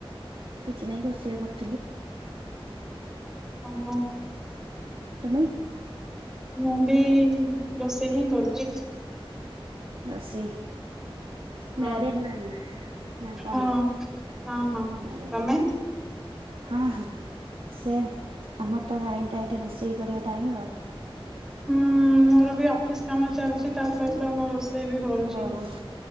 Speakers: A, on the right; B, in the centre.
A: କିଛି ନାଇଁ ରୋଷେଇ କରୁ
B: ଓ ହୋ।
A: ତୁମେ
B: ମୁଁ ବି ରୋଷେଇ ହିଁ କରୁଛି।
A: ଅଶେ
B: ହଁ
A: ମ୍ୟରେଡ ନା ନା କଣ
B: ହଁ ହଁ ହଁ
A: ମରେ
B: ତମେ?
A: ହଁ ହଁ ସେ ଆମର ତ ଟାଇ- ଟା- ଏଇଟା ରୋଷେଇ କରିବା ଟାଇମ୍ ଟା ଆଉ।
B: ହୁଁ ମୋର ବି ଅଫିସ କାମ ଚାଲୁଛି ତା ସହିତ ମୁଁ ରୋଷେଇ ବି କରୁଛି।
A: ଓହୋ